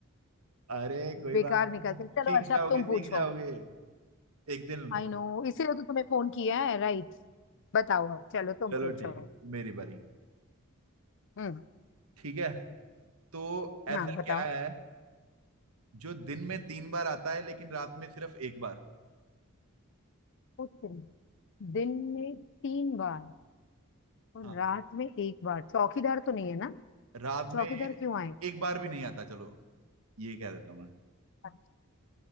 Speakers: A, on the right; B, on the left.
A: अरे कोई
B: बेकार
A: बात
B: निकलती
A: नहीं
B: हैं।
A: सीख
B: चलो अच्छा
A: जाओगे
B: अब तुम पूछो
A: सीख जाओगे एक दिन
B: आई नो इसीलिए तो तुम्हें फोन किया है राइट बताओ अब चलो तुम
A: चलो
B: पूछो
A: ठीक है मेरी बारी
B: हम्म
A: ठीक है तो
B: हाँ
A: ऐसा
B: बताओ
A: क्या है जो दिन में तीन बार आता है लेकिन रात में सिर्फ एक बार
B: पूछते हैं। दिन में तीन बार और
A: हाँ
B: रात में एक बार चौकीदार तो नहीं है ना
A: रात में
B: चौकीदार क्यों
A: एक बार भी नहीं आता चलो ये कह देता हूँ मैं
B: आए